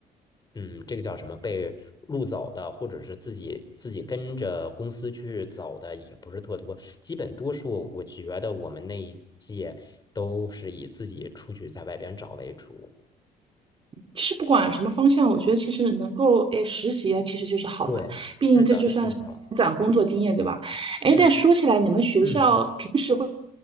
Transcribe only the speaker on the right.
其实不管什么方向，我觉得其实能够哎实习啊，其实就是好的，
毕竟这就算是长工作经验，
对吧？哎，
但说起来，你们学校平时